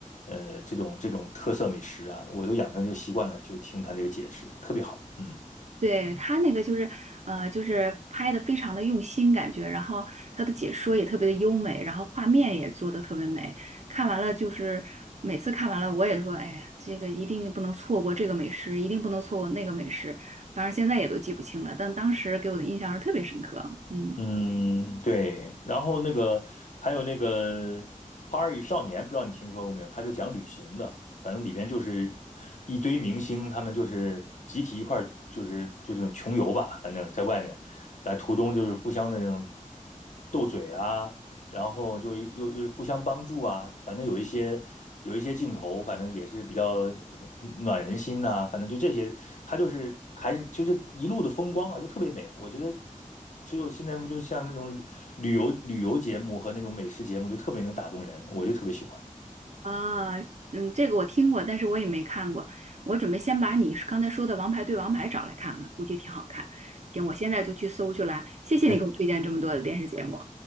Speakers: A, on the left; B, on the right.
A: 呃，这种这种特色美食啊，我都养成这个习惯了，就听他这个解释，特别好。嗯
B: 对，他那个就是，呃，就是拍的非常的用心感觉，然后他的解说也特别的优美，然后画面也做的特别美。看完了就是每次看完了，我也说，哎呀，这个一定不能错过这个美食，一定不能错过那个美食。当然现在也都记不清了，但当时给我的印象是特别深刻。嗯
A: 嗯，对。然后那个还有那个《花儿与少年》，不知道你听说过没有？他就讲旅行的，反正里边就是一堆明星，他们就是集体一块儿，就是就这种穷游吧，反正在外面，在途中就是互相的那种斗嘴啊。然后就又又互相帮助啊，反正有一些有一些镜头，反正也是比较呃暖人心呐、反正就这些，他就是还是就是一路的风光啊，就特别美。我觉得只有现在不就像那种旅旅游旅游节目和那种美食节目，就特别能打动人，我就特别喜欢。
B: 啊，嗯，这个我听过，但是我也没看过。我准备先把你刚才说的《王牌对王牌》找来看看，估计挺好看。行，我现在就去搜去了。谢谢你给我推荐这么多的电视节目。
A: <laughs>